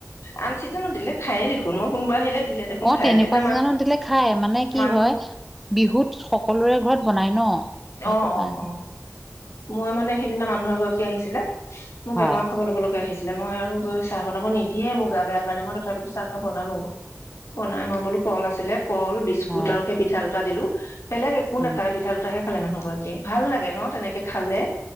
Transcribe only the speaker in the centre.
অঁ
তেনেকুৱা
চিজনত
সু দিলে খায়, মানে কি
হয় বিহুত সকলোৰে ঘৰত বনায় ন। সেইটো
কাৰণে
হয়
হয়
উম